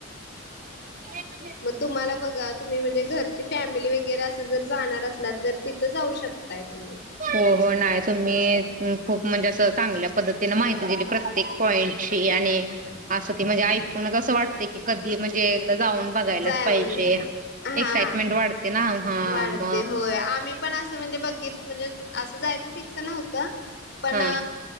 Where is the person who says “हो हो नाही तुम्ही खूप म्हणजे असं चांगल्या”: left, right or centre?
Right